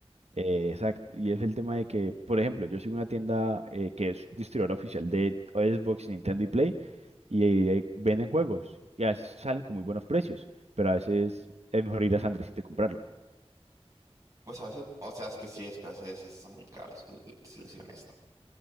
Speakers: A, on the right; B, on the right.
A: Eh, exacto. Y es el tema de que, por ejemplo, yo sigo una tienda eh, que es distribuidora oficial de Xbox, Nintendo y Play, y eh, venden juegos, y a veces salen con muy buenos precios, pero a veces es mejor ir a San Andresito y comprarlo.
B: Pues a veces, o sea, es que sí, es que a veces son muy caras, l- l- si les soy honesto.